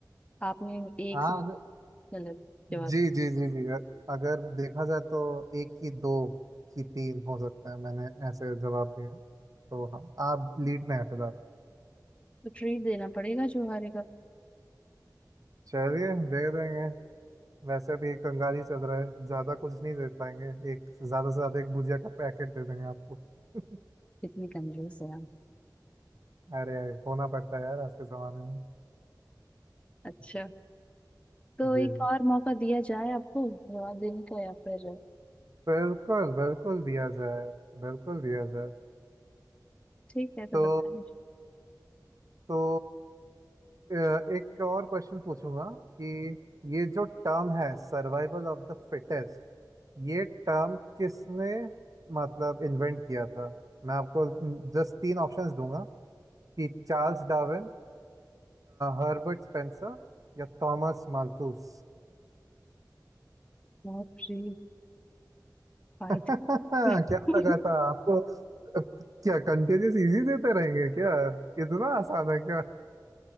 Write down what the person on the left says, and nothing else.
आपने एक
गलत जवाब
तो ट्रीट देना पड़ेगा जो हारेगा
कितनी कंजूस है आप
अच्छा
तो
एक और मौका दिया जाए आपको जवाब देने का या फिर
ठीक है तो
बताएं
बहुत फ्री फाइट
<laughs>